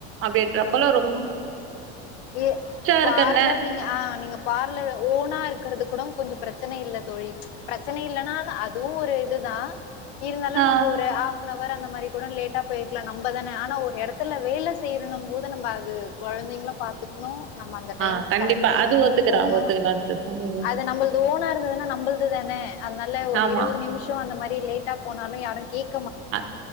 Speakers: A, on the right; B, on the left.
A: அப்டின்றப்பல்லா ரொ
B: ஏ
A: இருக்கன்னே
B: பார்லர் நீங்க ஆ நீங்க பார்லர் ஓனா இருக்கற்து கூட கொஞ்சொ ப்ரச்சன இல்ல தோழி பிரச்சன இல்லனா அதுவு ஒரு இதுதா இருந்தாலு
A: ஆ
B: நம்ப் ஒரு ஆஃப் ஃபுனவர் அந்த மாரி கூட லேட்டா போயிக்லா நம்பதான ஆனா ஒரு எடத்துல வேல செய்னுனுன்னம்போது நம்ப அது கொழந்தைங்ளு பாத்துக்ணு நம்ம அந்த
A: ஆ
B: டைம்
A: கண்டிப்பா
B: கரெக்ட் டைமு
A: அது ஒத்துக்கிறா
B: போணு
A: ஒத்துக்கிறா ம்
B: அது நம்மள்து ஓனா இருந்துது நா நம்புள்து தான அதனால ஒரு
A: ஆமா
B: இருவது நிமிஷோ அந்த மாரி லேட்டா போனாலு யாரு கேக்
A: அ